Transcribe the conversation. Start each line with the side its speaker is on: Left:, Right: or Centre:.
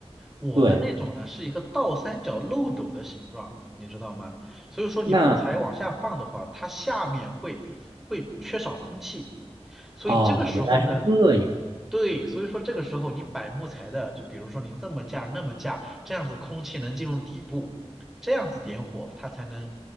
Centre: 我的那种呢是一个倒三角漏斗的形状，
Right: 对，
Centre: 你知道吗？所以说你木材往下放的话，
Right: 那。
Centre: 它下面会会缺少空气，所以这个时候呢，
Right: 哦，原来是这样。
Centre: 对，所以说这个时候你摆木材的，就比如说你这么架那么架，这样子空气能进入底部，这样子点火它才能